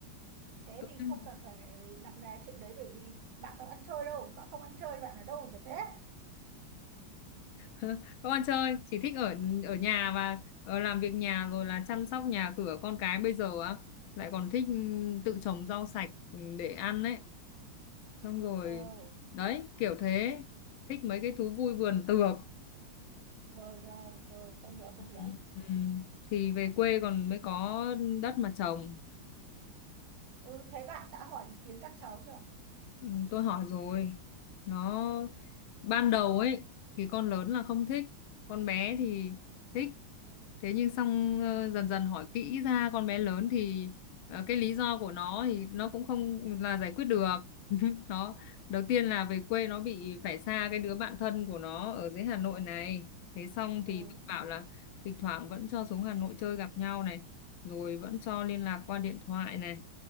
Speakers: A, on the right (about 80°); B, on the left (about 80°).
A: thế
B: <laughs>
A: thì không cần phải nặng nề chuyện đấy bởi vì bạn có ăn chơi đâu bạn không ăn chơi bạn ở đâu chả thế
B: Các con chơi chỉ thích ở ở nhà và ờ, làm việc nhà rồi là chăm sóc nhà cửa con cái bây giờ á lại còn thích ừ, tự trồng rau sạch ừ, để ăn ấy xong rồi
A: ừ
B: đấy kiểu thế thích mấy cái thú vui vườn tược
A: rồi rồi rồi tôi hiểu tôi hiểu
B: ừ. ừ. thì về quê còn mới có đất mà trồng
A: ừ thế bạn đã hỏi ý kiến các cháu chưa
B: Ừ, tôi hỏi rồi nó ban đầu ấy thì con lớn là không thích con bé thì thích thế nhưng xong ờ, dần dần hỏi kỹ ra con bé lớn thì ờ, cái lý do của nó thì nó cũng không là giải quyết được <laughs> nó đầu tiên là về quê nó bị phải xa cái đứa bạn thân của nó ở dưới Hà Nội này thế xong
A: ừ
B: thì tôi bảo là thỉnh thoảng vẫn cho xuống Hà Nội chơi gặp nhau này rồi vẫn cho liên lạc qua điện thoại này